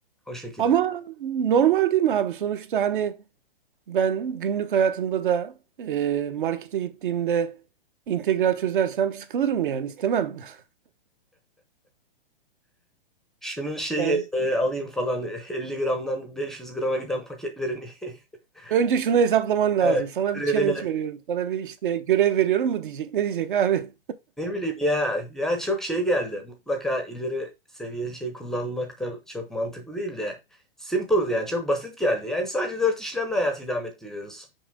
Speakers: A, in the centre; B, on the right.
A: O şekilde.
B: Ama normal değil mi abi? Sonuçta hani ben günlük hayatımda da e, markete gittiğimde integral çözersem sıkılırım yani istemem. <laughs>
A: Şunun şeyi
B: Yani
A: e, alayım falan <laughs> 50 gramdan 500 grama giden paketlerin <laughs>
B: önce şunu hesaplaman lazım.
A: Evet,
B: Sana
A: türevine
B: bir challenge veriyorum. Sana bir işte görev veriyorum mu diyecek. Ne diyecek abi?
A: ne bileyim ya ya çok şey geldi. Mutlaka ileri seviye şey kullanmak da çok mantıklı değil de simple yani çok basit geldi. Yani sadece dört işlemle hayatı idame ettiriyoruz.